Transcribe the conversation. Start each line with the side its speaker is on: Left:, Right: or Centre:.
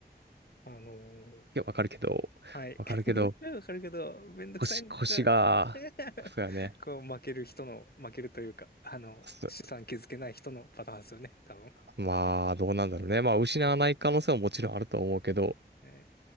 Left: あのー
Right: や、わかるけど、
Left: はい。
Right: わかるけど、
Left: <laughs> わかるけど、めんどくさいんだよな。
Right: 腰、腰が、
Left: <laughs>
Right: そうやね。
Left: こう、負ける人の、負けるというか、あの、
Right: す
Left: 資産築けない人のパターンですよね、多分。
Right: まあ、どうなんだろうね。まあ、失わない可能性ももちろんあると思うけど、
Left: はい